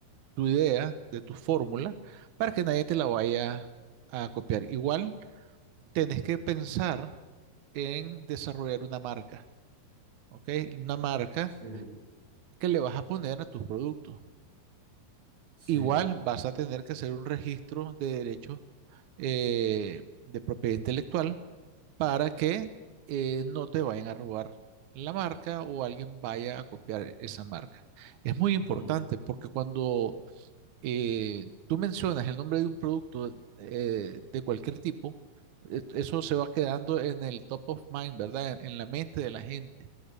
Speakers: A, on the right; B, on the right.
A: tu idea, de tu fórmula, para que nadie te la vaya a copiar. Igual, tenés que pensar en desarrollar una marca, ¿ok? Una marca
B: sí.
A: que le vas a poner a tus productos.
B: Sí.
A: Igual vas a tener que hacer un registro de derechos eh, de propiedad intelectual para que eh, no te vayan a robar la marca o alguien vaya a copiar esa marca. Es muy importante
B: mm,
A: porque cuando eh, tú mencionas el nombre de un producto eh, de cualquier tipo, e- eso se va quedando en el top of mind, ¿verdad? En, en la mente de la gente.